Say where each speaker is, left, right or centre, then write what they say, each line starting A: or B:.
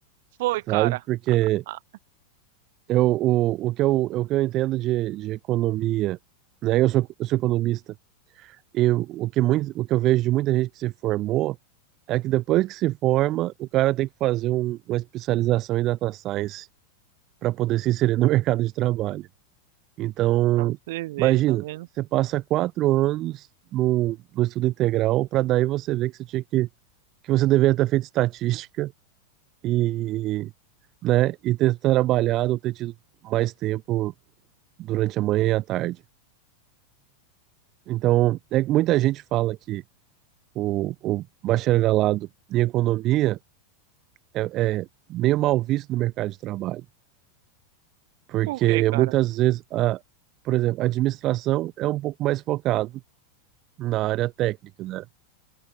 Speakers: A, on the right; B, on the right.
A: Foi,
B: sabe?
A: cara.
B: Porque
A: Ah,
B: eu, o, o que eu, o que eu entendo de, de economia, né? Eu sou, eu sou economista. Eu, o que muito, o que eu vejo de muita gente que se formou é que depois que se forma, o cara tem que fazer um- uma especialização em data science para poder se inserir no <laughs> mercado de trabalho. Então,
A: pra você ver,
B: imagina,
A: tá vendo?
B: você passa quatro anos no, no estudo integral para daí você ver que você tinha que, que você deveria ter feito estatística e, né, e ter trabalhado ou ter tido mais tempo durante a manhã e a tarde. Então, é que muita gente fala que o, o bacharelado em economia é, é meio mal visto no mercado de trabalho, porque
A: Por quê, cara?
B: muitas vezes, a, por exemplo, a administração é um pouco mais focado na área técnica, né?